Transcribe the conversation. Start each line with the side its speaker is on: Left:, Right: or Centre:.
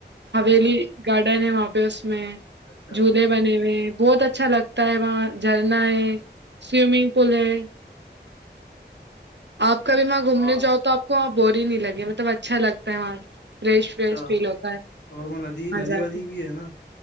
Right: حویلی
Left: ہاں
Right: گارڈن ہے وہاں پہ اس میں
Left: اچھا
Right: جولے بنے ہوئے بہت اچھا لگتا ہے وہاں جھرنا ہے سوئمنگ پول ہے آپ کبھی وہاں گھومنے
Left: ہاں
Right: جاؤ تو آپ کو وہاں بور ہی نہیں لگے مطلب اچھا لگتا ہے وہاں فریش
Left: اچھا
Right: فریش فیل ہوتا ہے
Left: اور وہ ندی
Right: مزہ
Left: ندی ودی
Right: کا
Left: بھی ہے نا